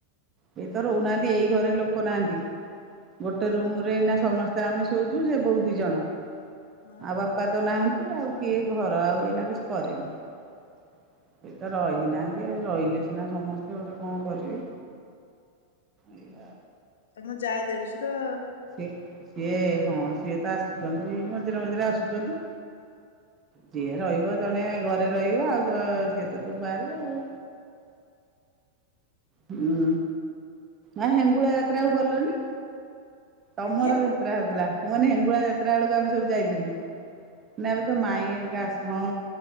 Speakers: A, on the right; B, on the left.
A: କେହି ତ ରହୁନାହାନ୍ତି ଏଇ ଘରେ ଲୋକ ନାହାନ୍ତି। ଗୋଟେ ରୁମ ରେ ଏଇନା ସମସ୍ତେ ଆମେ ଶୋଉଛୁ ସେ ବୋହୁ ଦି ଜଣ।
B: ହଁ
A: ଆଉ ବାପା ତ ନାହାନ୍ତି ଆଉ କିଏ ଘର ଆଉ ଏଇନା କିଛି କରିନୁ। କେହି ତ ରହି
B: ହୁଁ
A: ନାହାନ୍ତି ଆଉ ରହିଲେ ସିନା ସମସ୍ତେ ଗୋଟେ କଁ କରିବେ।
B: ହୁଁ
A: ଏଇଆ
B: ଏ ମୋ ଯା ଦେଢୁସୁର।
A: ସେ ସିଏ ହଁ ସିଏ ତ ଆସୁଛନ୍ତି ମଝିରେ ମଝିରେ ଆସୁଛନ୍ତି। ଯିଏ ରହିବ ଜଣେ ଘରେ ରହିବ ଆଉ ତ ସିଏ ତ ସବୁ ବାହାରେ। ଆଉ। ହୁଁ ଆଉ ହେଙ୍ଗୁଳା ଯାତ୍ରାକୁ ଗଲନି ତମର।
B: ଆଜ୍ଞା
A: ଯାତ୍ରା ହଉଥିଲା ମୁଁ ମାନେ ହେଙ୍ଗୁଳା ଯାତ୍ରା ବେଳକୁ ଆମେ ସବୁ ଯାଇଥିଲୁ ନା ଏବେ ତୋ ମାଇଁ ଘରିକା ଆସି ହଁ